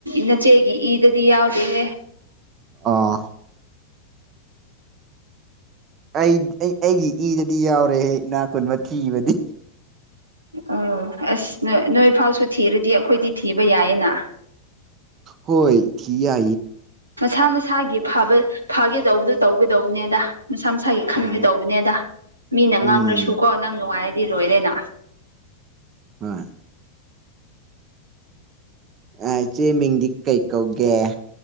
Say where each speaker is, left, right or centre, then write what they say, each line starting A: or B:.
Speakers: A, on the right; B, on the right.
A: ꯅꯆꯦꯒꯤ ꯏꯗꯗꯤ ꯌꯥꯎꯗꯦꯍꯦ
B: ꯑꯥ ꯑꯩ ꯑꯩ ꯑꯩꯒꯤ ꯏꯗꯗꯤ ꯌꯥꯎꯔꯦꯍꯦ ꯏ ꯅꯥ ꯀꯨꯟꯕ ꯊꯤꯕꯗꯤ
A: ꯑ ꯑꯁ ꯅꯣꯏ ꯐꯥꯎꯁꯨ ꯊꯤꯔꯗꯤ ꯑꯩꯈꯣꯏꯗꯤ ꯊꯤꯕ ꯌꯥꯏꯌꯦꯅ
B: ꯍꯣꯏ ꯊꯤ ꯌꯥ
A: ꯃꯁꯥ ꯃꯁꯥꯒꯤ ꯐꯕ ꯐꯥꯒꯦꯗꯧꯕꯗꯨꯣ ꯇꯧꯒꯗꯧꯕꯅꯦꯗ ꯃꯁꯥ ꯃꯁꯥꯒꯤ ꯈꯟꯒꯦꯗꯧꯕꯅꯦꯗ
B: ꯎꯝ
A: ꯃꯤꯅ
B: ꯎꯝ
A: ꯉꯥꯡꯔꯁꯨꯀꯣ ꯅꯪ ꯅꯨꯡꯉꯥꯏꯔ ꯁꯤ ꯂꯣꯏꯔꯦꯅ
B: ꯍꯣꯏ ꯑ ꯏꯆꯦ ꯃꯤꯡꯗꯤ ꯀꯩ ꯀꯧꯒꯦ